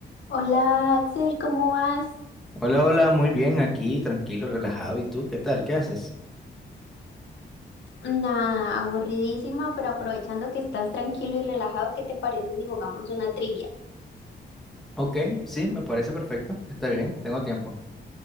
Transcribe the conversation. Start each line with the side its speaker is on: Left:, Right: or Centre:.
Left: Hola Axel, ¿cómo vas?
Centre: Hola, hola, muy bien, aquí, tranquilo, relajado. ¿Y tú qué tal? ¿Qué haces?
Left: Nada, aburridísima, pero aprovechando que estás tranquilo y relajado, ¿qué te parece si jugamos una trivia?
Centre: Ok, sí, me parece perfecto. Está bien, tengo tiempo.